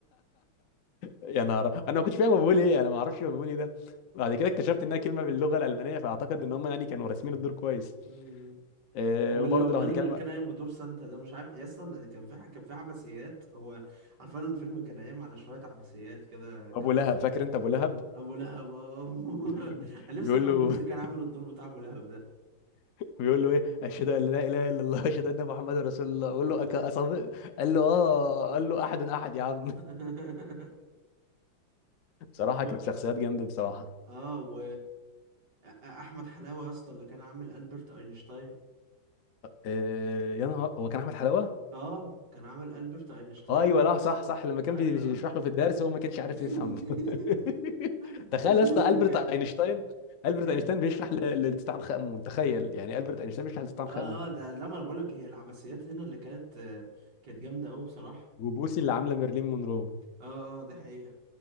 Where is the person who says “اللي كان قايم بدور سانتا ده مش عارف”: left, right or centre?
Right